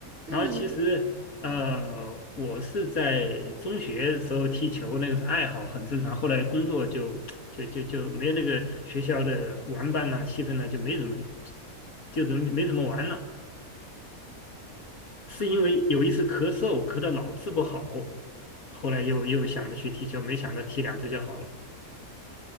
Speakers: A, on the right (about 60°); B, on the left (about 70°).
A: 那你
B: 然后其实呃，
A: 啊
B: 我是在中学的时候踢球，那个是爱好，很正常。后来工作就就就就没有那个学校的玩伴呐、气氛呐、就没怎么，就怎么没怎么玩了。是因为有一次咳嗽，
A: 啊，
B: 咳得老治不好，后来又又想着去踢球，没想到踢两次就好了。